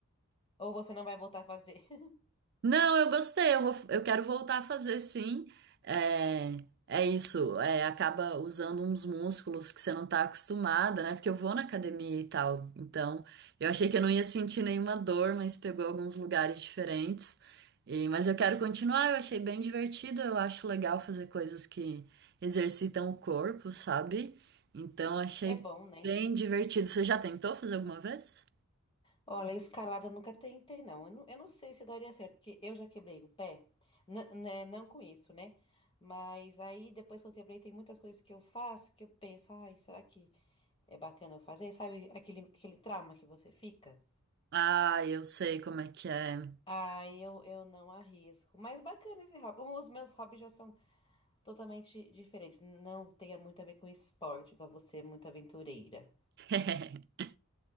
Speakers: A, on the left; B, on the right.
A: Ou você não vai voltar a fazer. <laughs>
B: Não, eu gostei, eu vou, eu quero voltar a fazer sim. É, é isso, é, acaba usando uns músculos que você não tá acostumada, né? Porque eu vou na academia e tal, então eu achei que eu não ia sentir nenhuma dor, mas pegou alguns lugares diferentes. E, mas eu quero continuar, eu achei bem divertido, eu acho legal fazer coisas que exercitam o corpo, sabe? Então eu achei
A: É bom, né?
B: bem divertido. Você já tentou fazer alguma vez?
A: Olha, escalada eu nunca tentei, não. Eu não, eu não sei se daria certo, porque eu já quebrei o pé. N- né, não com isso, né? Mas aí, depois que eu quebrei, tem muitas coisas que eu faço que eu penso, ai, será que é bacana eu fazer? Sabe aquele, aquele trauma que você fica?
B: Ah, eu sei como é que é.
A: Ah, eu, eu não arrisco. Mas bacana esse hobby. Os meus hobbies já são totalmente diferentes. Não tem muito a ver com esporte, igual você é muito aventureira.
B: <laughs>